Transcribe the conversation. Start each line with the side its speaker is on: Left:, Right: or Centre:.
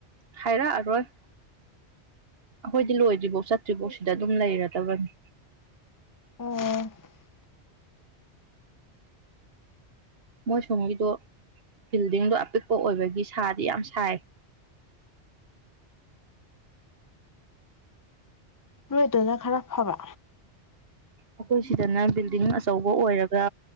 Right: ꯍꯥꯏꯔꯛꯑꯔꯣꯏ ꯑꯩꯈꯣꯏꯗꯤ ꯂꯣꯏꯗ꯭ꯔꯤꯐꯧ ꯆꯠꯇ꯭ꯔꯤꯐꯧ ꯁꯤꯗ ꯑꯗꯨꯝ ꯂꯩꯔꯗꯕꯅꯤ
Left: ꯑꯣ
Right: ꯃꯣꯏꯁꯣꯝꯒꯤꯗꯣ ꯕꯤꯜꯗꯤꯡꯗꯣ ꯑꯄꯤꯛꯄ ꯑꯣꯏꯕꯒꯤ ꯁꯥꯗꯤ ꯌꯥꯝ ꯁꯥꯏ
Left: ꯅꯣꯏ ꯑꯗꯗꯨꯅ ꯈꯔ ꯐꯕ
Right: ꯑꯩꯈꯣꯏ ꯁꯤꯗꯅ ꯕꯤꯜꯗꯤꯡ ꯑꯆꯧꯕ ꯑꯣꯏꯔꯒ